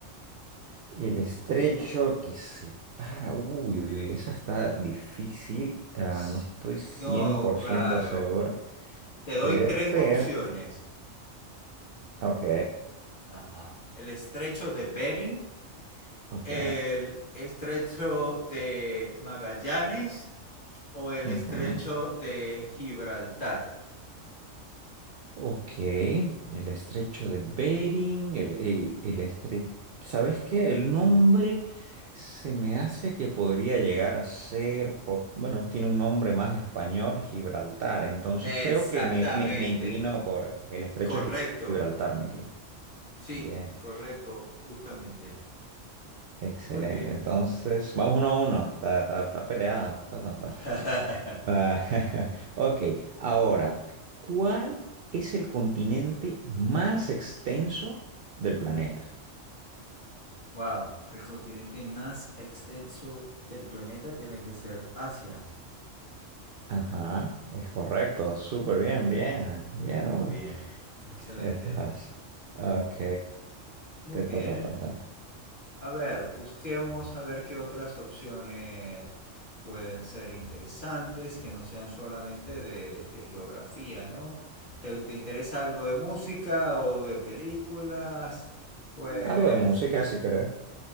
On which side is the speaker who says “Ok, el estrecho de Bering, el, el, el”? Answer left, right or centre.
Right